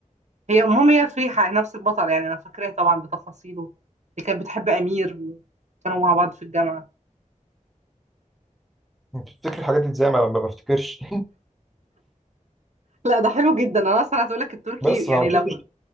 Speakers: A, on the right; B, in the centre.
A: هي المهم هي فريحة هي نفس البطل يعني انا فاكراه طبعا بتفاصيله اللي كانت بتحب امير وكانوا مع بعض في الجامعة
B: بتفتكر الحاجات دي ازاي ما ما بفتكرش
A: لا ده حلو جدا انا اصلا عايز اقول لك
B: <laughs>
A: التركي
B: بس
A: يعني
B: فما
A: لو
B: شفتش